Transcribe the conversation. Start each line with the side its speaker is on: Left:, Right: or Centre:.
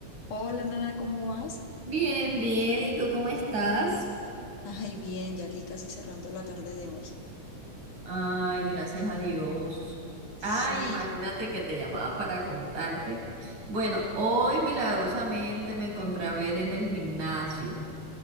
Left: Hola, Nana, ¿cómo vas?
Right: Bien, bien, ¿y tú cómo estás?
Left: Ay, bien, ya aquí casi cerrando la tarde de hoy.
Right: Ay, gracias a Dios. Ay,
Left: Sí,
Right: imagínate que te llamaba para contarte. Bueno, hoy milagrosamente me encontré a ver en el gimnasio.